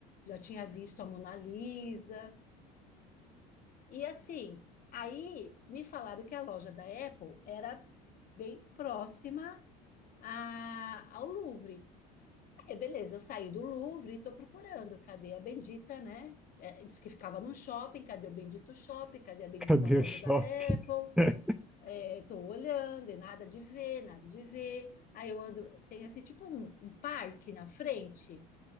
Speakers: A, on the left; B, in the centre.
A: Já tinha visto a Mona Lisa. E assim, aí me falaram que a loja da Apple era bem próxima a- ao Louvre. É, beleza, eu saí do Louvre e estou procurando. Cadê a bendita, né? É, diz que ficava num shopping, cadê o bendito shopping? Cadê a bendita
B: Cadê
A: loja
B: o shopping?
A: da Apple?
B: <laughs>
A: Estou olhando e nada de ver, nada de ver. Aí eu ando, tem assim tipo um, um parque na frente,